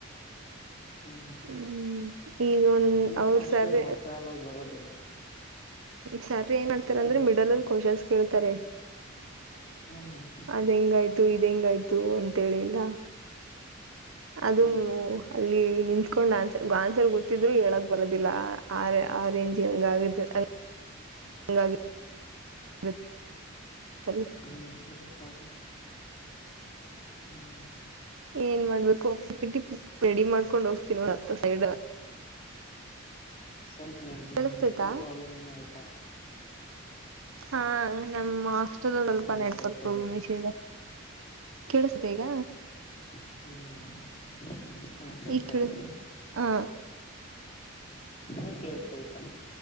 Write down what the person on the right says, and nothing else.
ಹ್ಮ್ ಈಗ ಒಂದ್
ಅವ್ರ
ಸರ್
ಸರ್ ಏನ್ ಮಾಡ್ತಾರೆ
ಅಂದ್ರೆ
ಮಿಡಲ್ ಅಲ್ಲಿ ಕ್ವಶನ್ಸ್ ಕೇಳ್ತಾರೆ
ಅದೆಂಗಾಯ್ತು ಇದೆಂಗಾಯ್ತು ಅಂತೇಳಿಲ್ಲ.
ಅದು. ಅಲ್ಲಿ ನಿಂತ್ಕೊಂಡ್ ಆನ್ಸರ್ ಆನ್ಸರ್ ಗೊತ್ತಿದ್ರು ಹೇಳಕ್ ಬರೋದಿಲ್ಲ ಆ ಆ ರೇಂಜ್ಗ್ ಹಂಗಾಗುತ್ತೆ.
ಹಂಗಾಗಿ. <unintelligible>
ಏನ್ ಮಾಡ್ಬೇಕು ಒಕ್ಕಿ ಬಿಿಟ್ಟಿ ರೆಡಿ ಮಾಡ್ಕೊಂಡ್ ಹೋಗ್ತೀನ್ ಹತ್ತ ಸೈಡ್.
ಕೇಳಿಸ್ತೈತಾ
ಹಾ ನಮ್ಮ್ ಹಾಸ್ಟೇಲಲ್ಲಿ ಸ್ವಲ್ಪ
ನೆಟ್ವರ್ಕ್
ಪ್ರಾಬ್ಲಮ್
ಇಶ್ಯೂಸ್ ಇದೆ. ಕೇಳಿಸ್ತ ಈಗ.
ಈ ಕಡೆ
ಹಾ.